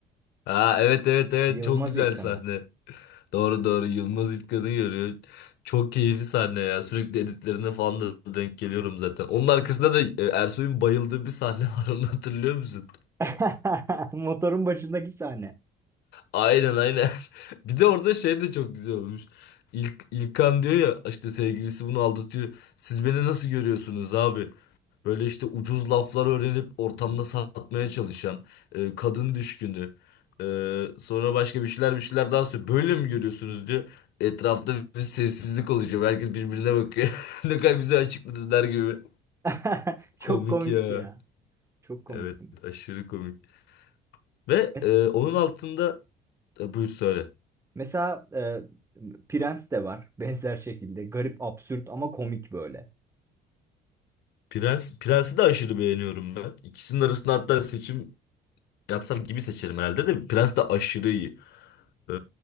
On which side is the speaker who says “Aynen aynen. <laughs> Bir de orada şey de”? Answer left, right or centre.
Left